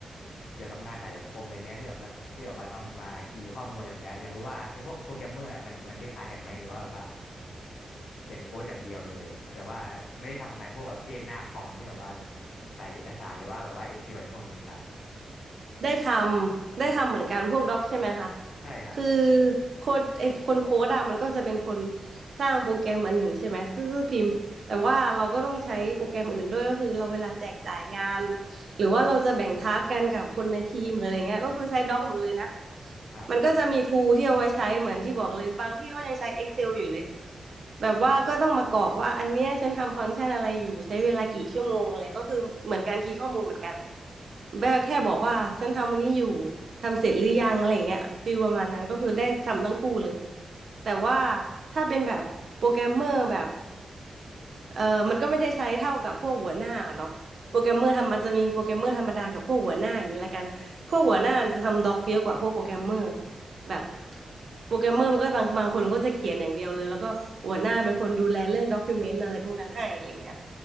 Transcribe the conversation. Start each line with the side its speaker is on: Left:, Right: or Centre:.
Left: เกี่ยวกับงานสายสังคมอะไรเงี้ยที่แบบว่าที่แบบว่าต้องมาคีย์ข้อมูลอะไรแบบเนี้ยอยากรู้ว่าไอพวกโปรแกรมเมอร์อะมันมันคล้ายๆกันไหมหรือว่าแบบว่าเขียนโค้ดอย่างเดียวเลยแบบว่าไม่ได้ทำงานพวกประเภทหน้าคอมที่แบบว่าใส่เอกสารหรือว่าแบบว่า Excel อะไรพวกนี้ครับ
Right: ได้ทำได้ทำเหมือนกันพวกด็อกใช่ไหมคะ
Left: ใช่ครับ
Right: คือโค้ดไอ้คนโค้ดอะมันก็จะเป็นคนสร้างโปรแกรมอันหนึ่งใช่ไหมซื่อๆพิมพ์แต่ว่าเราก็ต้องใช้โปรแกรมอื่นด้วยก็คือเราเวลาแจกจ่ายงานหรือว่าเราจะแบ่งทาสกกันกับคนในทีมหรืออะไรเงี้ยก็คือใช้ด็อกหมดเลยนะ
Left: ครั
Right: มันก็จะมีทูที่เอาไว้ใช้เหมือนที่บอกเลยบางที่ก็ยังใช้ Excel อยู่เลยแบบว่าก็ต้องมากรอกว่าอันเนี้ยฉันทำฟังก์ชันอะไรอยู่ใช้เวลากี่ชั่วโมงอะไรก็คือเหมือนการคีย์ข้อมูลเหมือนกัน แบลแค่บอกว่าฉันทำอันนี้อยู่ทำเสร็จหรือยังอะไรอย่างเงี้ยฟีลประมาณนั้นก็คือได้ทำทั้งคู่เลยแต่ว่าถ้าเป็นแบบโปรแกรมเมอร์แบบเออมันก็ไม่ได้ใช้เท่ากับพวกหัวหน้าเนาะโปรแกรมเมอร์ทำมันจะมีโปรแกรมเมอร์ธรรมดากับพวกหัวหน้าอย่างนี้ละกันพวกหัวหน้าจะทำด็อกเยอะกว่าพวกโปรแกรมเมอร์แบบโปรแกรมเมอร์มันก็บางบางคนก็จะเขียนอย่างเดียวเลยแล้วก็หัวหน้าเป็นคนดูแลเรื่องด็อกิวเมนต์อะไรพวกนั้นให้อะไรเงี้ย